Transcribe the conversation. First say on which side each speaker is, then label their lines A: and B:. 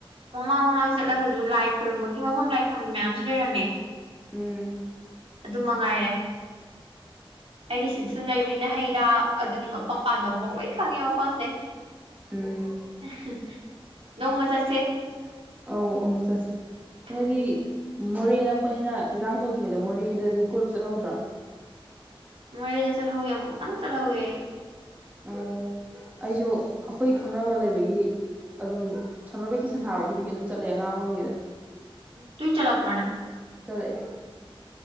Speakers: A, on the right; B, on the right.
A: ꯃꯃꯥꯡ ꯃꯃꯥꯡ ꯆꯠꯂꯒꯁꯨ ꯂꯥꯏ ꯈꯣꯏꯔꯨꯝꯕꯒꯤ ꯃꯐꯝ ꯂꯥꯏꯐꯝ ꯃꯌꯥꯝꯁꯨ ꯂꯩꯔꯝꯃꯦ
B: ꯎꯝ
A: ꯑꯗꯨꯝ ꯃꯉꯥꯏꯔꯦ ꯑꯩ ꯁꯤꯠ ꯁꯨꯝ ꯂꯩꯕꯅꯤꯅ ꯍꯩ ꯔꯥ ꯑꯗꯨꯒꯤ ꯃꯐꯝ ꯄꯥꯟꯕ ꯃꯑꯣꯡ ꯂꯣꯏ ꯈꯪꯉꯦ ꯃꯐꯝꯁꯦ
B: ꯎꯝ
A: ꯎꯍꯨꯝ ꯅꯣꯡꯃ ꯆꯠꯁꯦ
B: ꯑꯧ ꯑꯃꯨꯛ ꯆꯠꯁꯦ ꯅ‌ꯣꯏꯗꯤ
A: ꯎꯝ
B: ꯃꯣꯔꯦ ꯅꯛꯄꯅꯤꯅ ꯏꯔꯥꯡ ꯇꯧꯗ꯭ꯔꯤꯉꯩꯗ ꯃꯣꯔꯦꯗꯗꯤ ꯀꯣꯏꯕ ꯆꯠꯍꯧꯗ꯭ꯔ‌ꯣ
A: ꯃꯣꯔꯦꯗꯥ ꯆꯠ ꯍꯧ ꯑꯦ ꯑꯃꯨꯛ ꯇꯪ ꯆꯠ ꯍꯧ ꯑꯦ
B: ꯑꯣ ꯑꯩꯁꯨ ꯑꯩꯈꯣꯏ ꯈꯪꯅꯕ ꯂꯩꯕꯒꯤ ꯑꯗꯨꯝ ꯁꯝꯃꯔ ꯚꯦꯀꯦꯁꯟ ꯊꯥꯕꯒ ꯈꯨꯗꯤꯡꯒꯤ ꯑꯗꯨꯝꯠꯂꯦ ꯑꯉꯥꯡ ꯑꯣꯏꯔꯤꯉꯩꯗ
A: ꯇꯨ ꯆꯂꯥꯛꯄ꯭ꯔꯣꯅꯥ
B: ꯆꯠꯂꯛ ꯑ